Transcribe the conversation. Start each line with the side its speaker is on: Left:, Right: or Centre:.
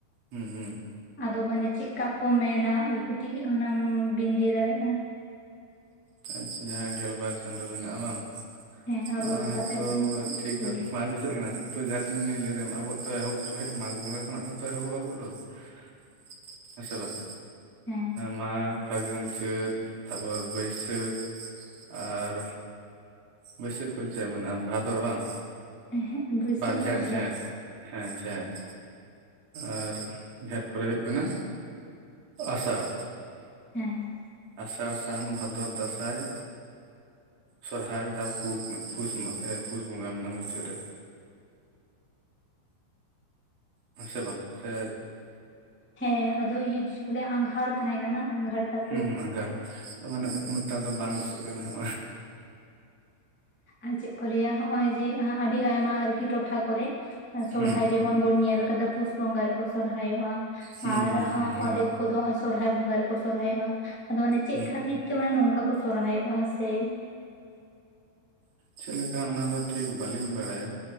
Right: ᱦᱩᱸ ᱦᱩᱸ
Centre: ᱟᱫᱚ ᱢᱟᱱᱮ ᱪᱮᱫᱠᱟ ᱠᱚ ᱢᱮᱱᱟ ᱠᱟᱹᱴᱤᱡ ᱚᱱᱟᱢ ᱵᱤᱱ ᱞᱟᱹᱭ ᱫᱟᱲᱮᱭᱟᱜᱼᱟ ᱾
Right: ᱟᱪᱪᱷᱟ ᱡᱟᱦᱟᱸ ᱜᱮᱞᱵᱟᱨ ᱪᱟᱸᱫᱚ ᱢᱮᱱᱟᱜ-ᱟ ᱵᱟᱝ ᱾
Centre: ᱦᱮᱸ ᱟᱵᱚ ᱞᱮᱠᱟᱛᱮ
Right: ᱟᱭᱛᱚ
Centre: ᱟᱨᱠᱤ ᱪᱮᱫ
Right: ᱴᱷᱤᱠ
Centre: ᱠᱚ
Right: ᱫᱚ
Centre: ᱞᱟᱹᱭᱟ
Right: ᱵᱟᱝ ᱫᱤᱥᱟᱹᱜ ᱠᱟᱱᱟ ᱾ ᱛᱚ ᱡᱟᱦᱟᱸᱤᱱᱟᱹᱜ ᱞᱤᱧ ᱞᱟᱹᱭᱟᱢ ᱟᱵᱚᱣᱟᱜᱛᱚ ᱮᱦᱚᱵ ᱠᱟᱱᱟ ᱢᱟᱜᱽ ᱵᱚᱸᱜᱟ ᱠᱷᱚᱱᱟᱜ ᱜᱮᱛᱚ ᱮᱦᱚᱵᱚᱜ-ᱟ ᱟᱵᱚᱣᱟᱜ ᱫᱚ ᱾ ᱦᱮᱸ ᱥᱮ ᱵᱟᱝ
Centre: ᱦᱮᱸ
Right: ᱢᱟᱜᱽ, ᱯᱷᱟᱹᱜᱩᱱ ᱪᱟᱹᱛ ᱛᱟᱯᱚᱨ ᱵᱟᱹᱭᱥᱟᱹᱠᱷ ᱟᱨ ᱵᱟᱹᱭᱥᱟᱹᱠᱷ ᱠᱚ ᱪᱮᱫ ᱢᱮᱱᱟᱜᱼᱟ ᱵᱷᱟᱫᱚᱨ ᱵᱟᱝ
Centre: ᱦᱮᱸ ᱦᱮᱸ ᱵᱟᱹᱭᱥᱟᱹᱠᱷ
Right: ᱵᱟᱝ
Centre: ᱯᱚᱨᱮ
Right: ᱡᱷᱮᱸᱴ ᱡᱷᱮᱸᱴ ᱾ ᱦᱮᱸ ᱡᱷᱮᱸᱴ ᱟᱨ ᱡᱷᱮᱸᱴ ᱯᱚᱨᱮ ᱦᱩᱭᱩᱜ ᱠᱟᱱᱟ ᱟᱥᱟᱲ
Centre: ᱦᱮᱸ ᱾
Right: ᱟᱥᱟᱲ ᱥᱟᱱ ᱵᱷᱟᱫᱚᱨ ᱫᱟᱸᱥᱟᱭ ᱥᱚᱨᱦᱟᱭ ᱛᱟᱯᱚᱨ ᱯᱩ ᱯᱩᱥ ᱵᱚᱸᱜᱟ ᱢᱮᱱᱟᱜ-ᱟ ᱢᱩᱪᱟᱹᱫ ᱨᱮ ᱾ ᱦᱮᱸ ᱥᱮ ᱵᱟᱝ ᱥᱮ
Centre: ᱦᱮᱸ ᱟᱫᱚ ᱤᱭᱩᱡᱽ ᱵᱚᱞᱮ ᱟᱸᱜᱷᱟᱲ ᱛᱟᱦᱮᱸ ᱠᱟᱱᱟ ᱟᱸᱜᱷᱟᱲ ᱛᱟᱯᱚᱨᱮ
Right: ᱦᱮᱸ ᱟᱸᱜᱷᱟᱲ ᱢᱟᱱᱮ ᱩᱱᱟᱹᱜᱴᱟ ᱫᱚ ᱵᱟᱝ ᱫᱤᱥᱟᱹᱜ ᱠᱟᱱᱟᱜ
Centre: ᱟᱨ ᱪᱮᱫ ᱠᱚ ᱞᱟᱹᱭᱟ ᱦᱚᱜ-ᱚᱭ ᱡᱮ ᱟᱹᱰᱤ ᱟᱭᱢᱟ ᱟᱨᱠᱤ ᱴᱚᱴᱷᱟ ᱠᱚᱨᱮ ᱥᱚᱨᱦᱟᱭ
Right: ᱦᱩᱸ
Centre: ᱡᱚᱜ ᱢᱚᱱ ᱵᱚᱱ ᱧᱮᱞ ᱟᱠᱟᱫᱟ ᱯᱩᱥ ᱵᱚᱸᱜᱟ ᱨᱮᱠᱚ ᱥᱚᱨᱦᱟᱭᱚᱜ-ᱟ
Right: ᱦᱩᱸ
Centre: ᱟᱨ
Right: ᱦᱩᱸ
Centre: ᱚᱫᱷᱮᱠ
Right: ᱦᱩᱸ
Centre: ᱠᱚᱫᱚ ᱥᱚᱨᱦᱟᱭ ᱵᱚᱸᱜᱟ ᱨᱮᱠᱚ ᱥᱚᱨᱦᱟᱭᱚᱜ-ᱟ ᱟᱫᱚ ᱢᱟᱱᱮ ᱪᱮᱫ
Right: ᱦᱩᱸ
Centre: ᱠᱷᱟᱹᱛᱤᱨ ᱛᱮ ᱢᱟᱱᱮ ᱱᱚᱝᱠᱟ ᱠᱚ ᱥᱚᱨᱦᱟᱭᱚᱜ-ᱟ ᱥᱮ
Right: ᱪᱮᱫᱞᱮᱠᱟ ᱚᱱᱟᱫᱚ ᱴᱷᱤᱠ ᱵᱟᱹᱞᱤᱧ ᱵᱟᱲᱟᱭᱟ